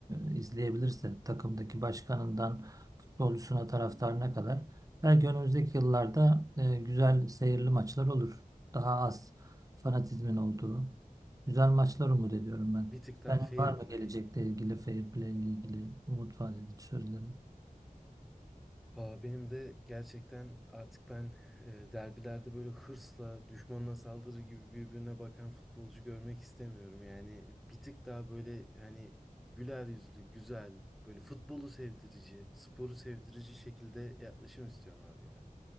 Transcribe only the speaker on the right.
e, izleyebilirse takımdaki başkanından futbolcusuna taraftarına kadar belki önümüzdeki yıllarda e, güzel seyirli maçlar olur. Daha az fanatizmin olduğu güzel maçlar umut ediyorum ben.
Senin
var mı
gelecekle ilgili fair play ile ilgili umut vaat edici sözlerin?